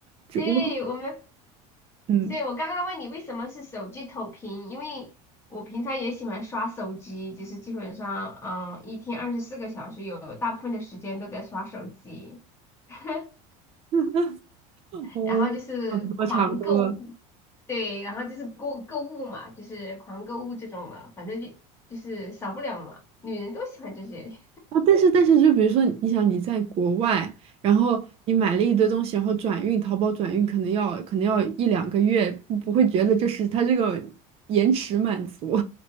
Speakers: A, on the right (about 35°); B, on the left (about 15°).
A: 就我
B: 对，我们，
A: 嗯，
B: 所以我刚刚问你为什么是手机投屏，因为我平常也喜欢刷手机，就是基本上，嗯，一天二十四个小时有大部分的时间都在刷手机，<laughs>
A: <laughs> 哦，
B: 然后就是狂购物，
A: 差不多差不多
B: 对，然后就是购购物嘛，就是狂购物这种嘛，反正就就是少不了嘛，女人都喜欢这些。
A: 啊。但是但是，就比如说，你想你在国外，然后你买了一堆东西，然后转运，淘宝转运可能要可能要一两个月，不会觉得就是它这个延迟满足